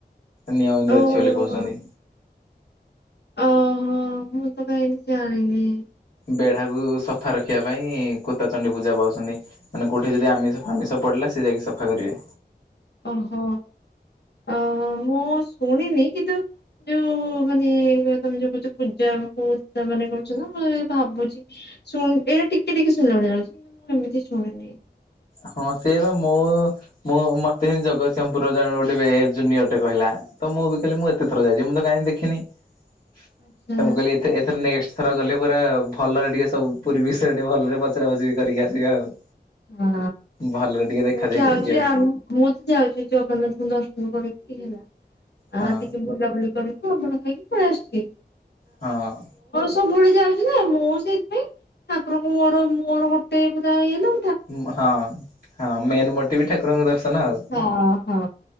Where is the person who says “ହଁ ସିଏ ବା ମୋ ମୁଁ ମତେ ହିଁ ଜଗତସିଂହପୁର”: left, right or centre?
Left